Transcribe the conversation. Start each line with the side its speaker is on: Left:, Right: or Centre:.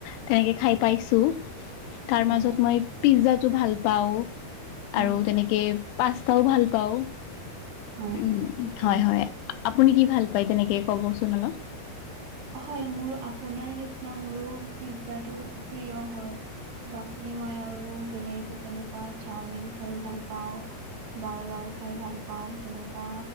Left: তেনেকে খাই পাইছো তাৰ
Right: হয়
Left: মাজত
Right: হয়
Left: মই পিজ্জাটো ভাল পাওঁ
Right: হয়
Left: আৰু তেনেকে পাস্তাও ভাল পাওঁ
Right: হয়
Left: উম
Right: হয় ঠিকেই
Left: হয় হয় আপুনি কি ভাল পায় তেনেকে কবচোন অলপ
Right: হয় মোৰ আপোনাৰ নিচিনা মোৰো পিজ্জাটো প্ৰিয় হয়। বাকী মই আৰু বেলেগ তেনেকুৱা চাওমিন খায়ো ভাল পাওঁ বাৰ্গাৰ খাই ভাল পাওঁ তেনেকুৱা